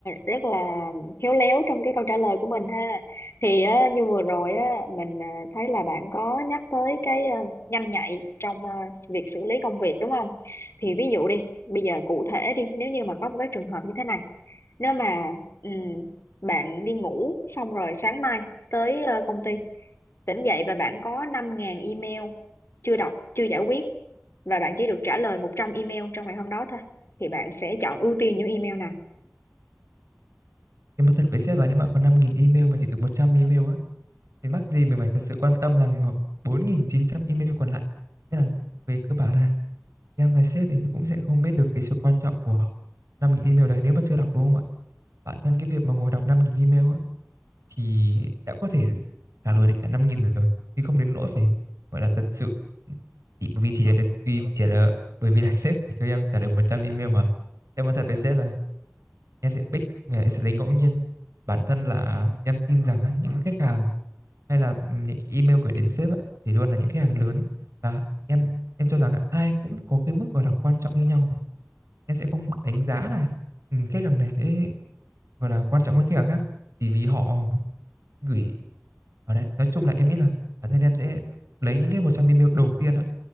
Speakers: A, on the left; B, on the right.
A: rất là khéo léo trong cái câu trả lời của mình ha. Thì ờ, như vừa rồi á mình ờ, thấy là bạn có nhắc tới cái ờ, nhanh nhạy trong ờ, việc xử lý công việc đúng không? Thì ví dụ đi, bây giờ cụ thể đi, nếu như mà có một cái trường hợp như thế này, nếu mà ừm, bạn đi ngủ xong rồi sáng mai tới ờ, công ty Tỉnh dậy và bạn có năm 000 email chưa đọc, chưa giải quyết và bạn chỉ được trả lời 100 email trong ngày hôm đó thôi. Thì bạn sẽ chọn ưu tiên những email nào?
B: Em nói thật với sếp là nếu mà có 5.000 email mà chỉ được 100 email á, thì mắc gì mình phải thật sự quan tâm làm 4.900 email còn lại. Nên là về cơ bản là em và sếp thì cũng sẽ không biết được cái sự quan trọng của 5.000 email đấy nếu mà chưa đọc đúng không ạ? Bản thân cái việc mà ngồi đọc 5.000 email á, thì đã có thể trả lời được cả 5.000 rồi thì không đến nỗi phải gọi là thật sự thì bởi vì chỉ là vì trả lời bởi vì là <laughs> sếp thì cho em trả lời 100 email mà em nói thật với sếp là em sẽ pick em sẽ lấy ngẫu nhiên bản thân là em tin rằng những khách hàng hay là những email gửi đến sếp thì luôn là những khách hàng lớn và em em cho rằng ai cũng có cái mức gọi là quan trọng như nhau em sẽ không đánh giá là ừ, khách hàng này sẽ gọi là quan trọng hơn khách hàng khác chỉ vì họ gửi ở đấy nói chung là em nghĩ là bản thân em sẽ lấy những cái 100 ml đầu tiên ạ